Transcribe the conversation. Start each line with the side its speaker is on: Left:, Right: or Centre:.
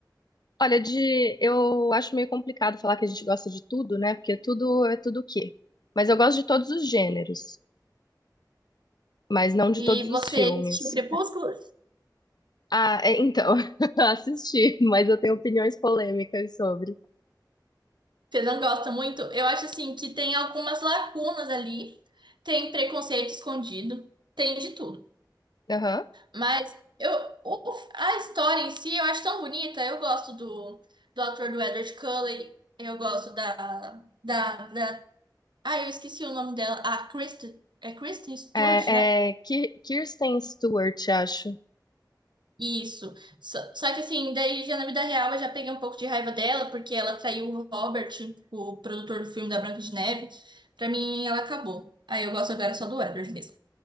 Left: Olha, de eu acho meio complicado falar que a gente gosta de tudo, né? Porque tudo é tudo o quê? Mas eu gosto de todos os gêneros, mas não de
Right: E
Left: todos os
Right: você
Left: filmes.
Right: assistiu Crepúsculo?
Left: Ah, é, então, <laughs> assisti, mas eu tenho opiniões polêmicas sobre.
Right: Você não gosta muito? Eu acho, assim, que tem algumas lacunas ali. Tem preconceito escondido. Tem de tudo.
Left: Aham.
Right: Mas eu, o- a história em si eu acho tão bonita. Eu gosto do, do ator do Edward Cullen. Eu gosto da, da, da. Ah, eu esqueci o nome dela. A Kristen, é Kristen Stewart,
Left: É,
Right: né?
Left: é, Ki- Kirsten Stewart, acho.
Right: Isso. Só, só que assim, daí já na vida real eu já peguei um pouco de raiva dela, porque ela traiu o Robert, o produtor do filme da Branca de Neve. Pra mim, ela acabou. Aí eu gosto agora só do Edward mesmo.